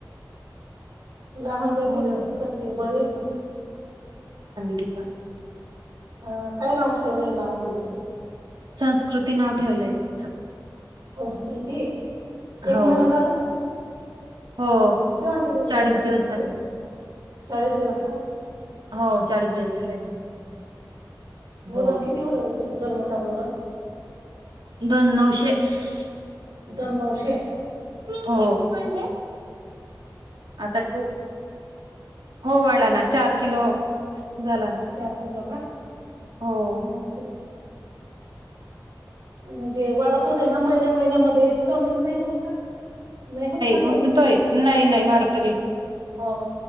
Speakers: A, on the right (about 55°); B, on the right (about 85°).
A: लहान दीदी
B: म्हणून
A: ग कशी आहे बरी आहे का ती.
B: कप.
A: हा काय नाव? ठेवलंय लहान दिदीचं
B: संस्कृती नाव ठेवलंय. <inaudible>
A: संस्कृती. एक
B: हो
A: महिना झाला का
B: हो
A: केव्हा डिलिव्हरी
B: चाळीस
A: झाली होती
B: दिवस
A: तुमची
B: झाले
A: चाळीस दिवस का
B: हो चाळीस दिवस झाले ना.
A: वजन
B: हो
A: किती होत होतं तिचा जन्मता वजन
B: दोन <inaudible>
A: दोन नवशे.
B: हो आता हो वाला ना चार किलो झाला ना
A: चार किलो का
B: हो.
A: मस्त म्हणजे वाड आहे ना महिन्या महिन्या म कमी नाही होत का नाही होत ना
B: म्हणतोय
A: कमी
B: नाही नाही वाढतोय.
A: हो